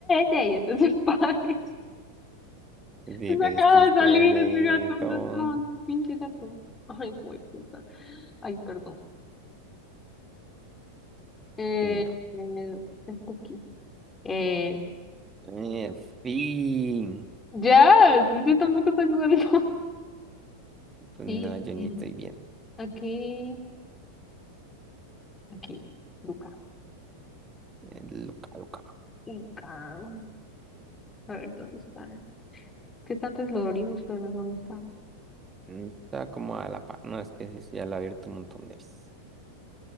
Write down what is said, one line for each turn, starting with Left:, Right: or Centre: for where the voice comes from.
Left: ve y entonces <laughs> pares.
Right: Sí,
Left: Se
Right: pero
Left: acaba
Right: es que usted
Left: de salir
Right: de
Left: ese gato, ¿dónde
Right: todo.
Left: estaba? Ese pinche gato. Ay, güey, puta. Ay, perdón. Eh,
Right: Y no.
Left: eh, está aquí. Eh,
Right: En fin.
Left: ya, sí, sí, tampoco está ayudando. <laughs>
Right: Pues
Left: Sí,
Right: no,
Left: aquí,
Right: yo ni estoy viendo.
Left: aquí, aquí. Luca,
Right: Eh, Luca, Luca.
Left: Luca. A ver, ¿dónde está? Que está antes lo abrimos, pero no sé dónde está.
Right: Mm, Está como a la par. No, es que ese sí ya la he abierto un montón de veces.